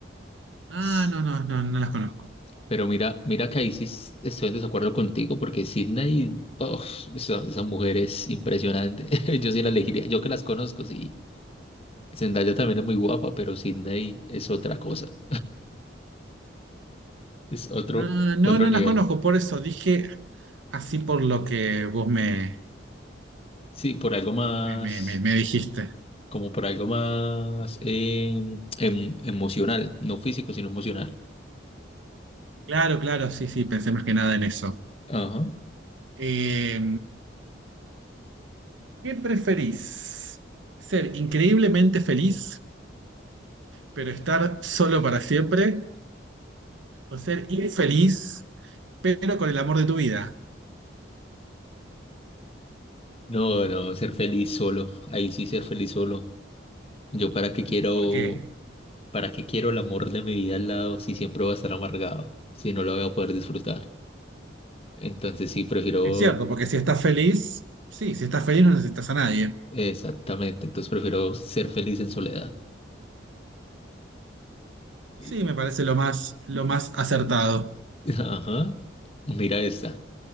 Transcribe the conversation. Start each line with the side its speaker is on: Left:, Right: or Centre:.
Right: Ah,
Left: S-
Right: no, no, no, no las conozco.
Left: Pero mira, mira que ahí sí s- estoy en desacuerdo contigo porque Sydney, uf, esa, esa mujer es impresionante. <laughs> Yo sí la elegiría, yo que las conozco, sí. Zendaya también es muy guapa, pero Sydney es otra cosa, es otro,
Right: Ah, no,
Left: otro
Right: no
Left: nivel.
Right: las conozco, por eso dije así por lo que vos me,
Left: Sí, por algo más,
Right: me, me, me me dijiste.
Left: como por algo más em, em- emocional, no físico, sino emocional.
Right: Claro, claro, sí, sí, pensé más que nada en eso.
Left: Ajá.
Right: Eh, ¿qué preferís? ¿Ser increíblemente feliz, pero estar solo para siempre? ¿O ser infeliz, pero con el amor de tu vida?
Left: No, no, ser feliz solo. Ahí sí ser feliz solo. Yo para qué quiero,
Right: ¿Por qué?
Left: para qué quiero el amor de mi vida al lado si siempre voy a estar amargado, si no lo voy a poder disfrutar. Entonces sí, prefiero,
Right: Es cierto, porque si estás feliz, sí, si estás feliz no necesitas a nadie.
Left: exactamente, entonces prefiero ser feliz en soledad. Y-
Right: Sí, me parece lo más, lo más acertado.
Left: y- <laughs> Ajá. Mira esta.